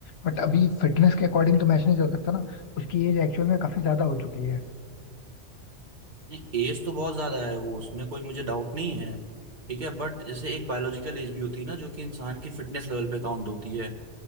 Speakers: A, on the left (about 60°); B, on the right (about 40°).
A: बट अभी फिटनेस के अकॉर्डिंग तो मैच नहीं चल सकता ना उसकी एज एक्चुअल में काफी ज्यादा हो चुकी है
B: नहीं एज तो बहुत ज्यादा है वो उसमें कोई मुझे डाउट नहीं है ठीक है बट जैसे एक बायोलॉजिकल एज भी होती है ना जो कि इंसान की फिटनेस लेवल पे काउंट होती है